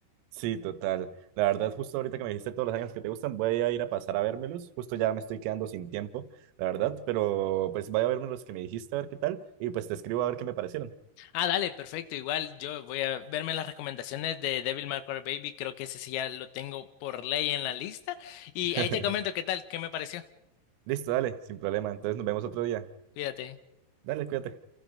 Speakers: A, on the right; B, on the left.
A: Sí, total. La verdad, justo ahorita que me dijiste todos los años que te gustan, voy a ir a pasar a vérmelos. Justo ya me estoy quedando sin tiempo, la verdad, pero pues voy a verme los que me dijiste a ver qué tal y pues te escribo a ver qué me parecieron.
B: Ah, dale, perfecto. Igual yo voy a verme las recomendaciones de Devil May Cry Baby. Creo que ese sí ya lo tengo por ley en la lista. Y
A: <laughs>
B: ahí te comento qué tal, qué me pareció.
A: Listo, dale, sin problema. Entonces nos vemos otro día.
B: Cuídate.
A: Dale, cuídate.